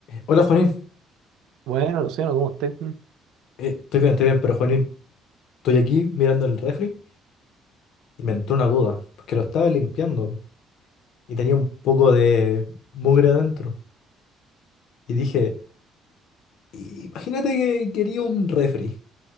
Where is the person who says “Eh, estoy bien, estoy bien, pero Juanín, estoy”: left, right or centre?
Left